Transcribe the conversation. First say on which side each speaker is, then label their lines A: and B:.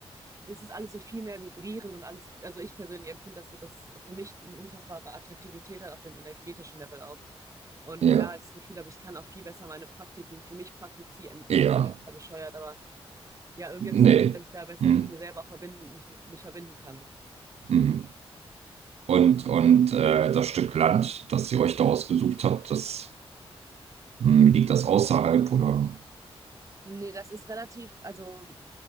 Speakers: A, on the right (about 30°); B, on the right (about 75°).
A: es ist alles so viel mehr vibrierend und alles, also ich persönlich empfinde das so, dass es für mich eine unfassbare Attraktivität hat auf dem energetischen Level auch. Und
B: Ja,
A: ich da halt das Gefühl habe, ich kann auch viel besser meine Praktiken für mich praktizieren.
B: ja.
A: Das klingt ja bescheuert, aber ja, irgendwie habe ich das
B: Nee.
A: Gefühl, dass ich da besser
B: Mhm.
A: mit mir selber auch verbinden, mich, mich verbinden kann.
B: Mhm. Und, und äh, das Stück Land, das ihr euch da ausgesucht habt, das mh, liegt das außerhalb oder?
A: Nee, das ist relativ, also